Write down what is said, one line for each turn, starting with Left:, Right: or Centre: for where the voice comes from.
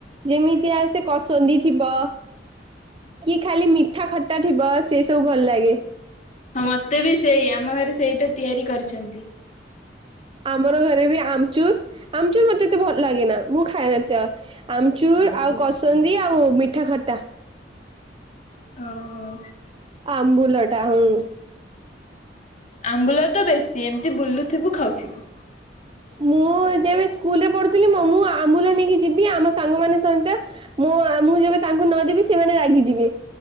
Right: ଯେମିତିଆ ସେ କସନ୍ଦି ଥିବ। କି ଖାଲି ମିଠା, ଖଟା ଥିବ ସେ ସବୁ ଭଲ ଲାଗେ।
Left: ହଁ, ମତେ ବି ସେଇଆ ଆମ ଘରେ ସେଇଟା ତିଆରି କରିଛନ୍ତି।
Right: ଆମର ଘରେ ବି ଆମଚୁର୍, ଆମଚୁର୍ ମତେ ଏତେ ଭଲ ଲାଗେନା ମୁଁ ଖାଏନା ଏତା। ଆମଚୁର୍, ଆଉ କସନ୍ଦି, ଆଉ ମିଠା ଖଟା।
Left: ଓ-ଓ-ଓ।
Right: ଆମ୍ବୁଲ ଟା ହୁଁ।
Left: ଆମ୍ବୁଲ ତ ବେଶୀ ଏମିତି ବୁଲୁ ଥିବୁ ଖାଉଥିବୁ।
Right: ମୁଁ ଯେବେ ସ୍କୁଲରେ ପଢୁଥିଲି ମୁଁ ମୁଁ ଆମ୍ବୁଲ ନେଇକି ଯିବି ଆମ ସାଙ୍ଗ ମାନେ ସହିତ ମୋ ମୁଁ ଯେବେ ତାଙ୍କୁ ନ ଦେବି ସେମାନେ ରାଗିଯିବେ।